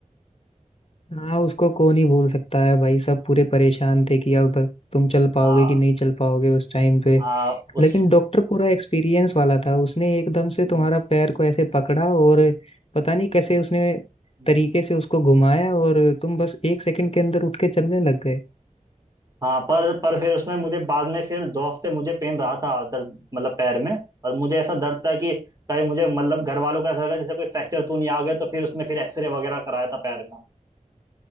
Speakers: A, on the left; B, on the right.
A: हाँ उसको कौन ही भूल सकता है भाई सब पूरे परेशान थे कि अब तुम चल
B: हाँ
A: पाओगे कि नहीं चल पाओगे उस टाइम पे
B: हाँ उस
A: लेकिन डॉक्टर पूरा एक्सपीरियंस वाला था उसने एकदम से
B: हम्म,
A: तुम्हारा पैर को ऐसे पकड़ा और पता नहीं कैसे
B: हम्म,
A: उसने
B: हम्म।
A: तरीके से उसको घुमाया और तुम बस एक सेकंड के अंदर उठ के चलने लग गए
B: हाँ पर पर फिर उसमें मुझे बाद में फिर दो हफ्ते मुझे पेन रहा था दर्द मतलब पैर में और मुझे ऐसा दर्द था कि कहीं मुझे मतलब घर वालों को ऐसा लगा जैसे कोई फ्रैक्चर तो नहीं आ गया तो फिर उसमें फिर एक्सरे वगैरह कराया था पैर का